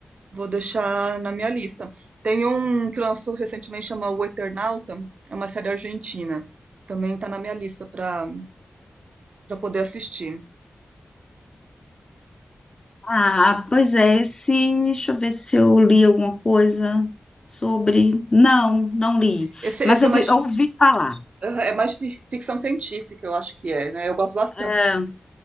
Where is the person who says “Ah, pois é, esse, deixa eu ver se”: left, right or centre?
Left